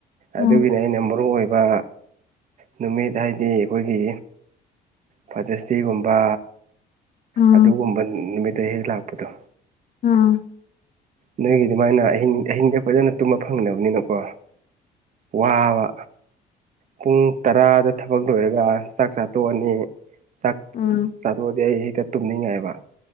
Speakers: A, on the left (about 50°); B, on the right (about 50°).
A: ꯎꯝ
B: ꯑꯗꯨꯒꯤꯅꯦ ꯑꯩꯅ ꯃꯔꯨ ꯑꯣꯏꯕ ꯅꯨꯃꯤꯠ ꯍꯥꯏꯗꯤ ꯑꯈꯣꯏꯒꯤ ꯐꯥꯗꯔꯁꯗꯦꯒꯨꯝꯕ
A: ꯎꯝ
B: ꯑꯗꯨꯒꯨꯝꯕ ꯅꯨꯃꯤꯠꯇ ꯍꯦꯛ ꯂꯥꯛꯄꯗꯣ
A: ꯎꯝ
B: ꯅꯣꯏꯒꯤ ꯑꯗꯨꯃꯥꯏꯅ ꯑꯍꯤꯡ ꯑꯍꯤꯡꯗ ꯐꯖꯅ ꯇꯨꯝꯕ ꯐꯪꯗꯕꯅꯤꯅꯀꯣ ꯋꯥꯕ ꯄꯨꯡ ꯇꯔꯥꯗ ꯊꯕꯛ ꯂꯣꯏꯔꯒ ꯆꯥꯛꯆꯥ ꯇꯣꯛꯑꯅꯤ ꯆꯥꯛ
A: ꯎꯝ
B: ꯆꯥꯊꯣꯛꯑꯗꯤ ꯑꯩ ꯍꯦꯛꯇ ꯇꯨꯝꯅꯤꯡꯉꯛꯑꯦꯕ